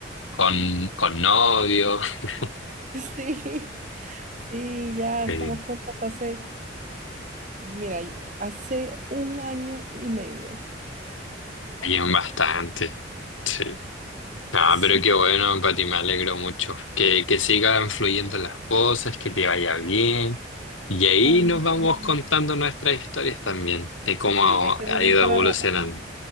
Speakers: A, on the left; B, on the right.
A: con, con novio. <laughs>
B: Sí, sí, ya estamos
A: Sí.
B: juntos hace, mira, hace un año y medio.
A: Ayudan bastante. Sí. Ah,
B: Sí.
A: pero qué bueno, Pati, me alegro mucho. Que, que sigan fluyendo las cosas, que te vaya bien. Y ahí
B: Ay,
A: nos
B: muchas
A: vamos
B: gracias.
A: contando nuestras historias también, de cómo
B: Sí, ahí tenemos
A: ha ido
B: para
A: evolucionando.
B: rato.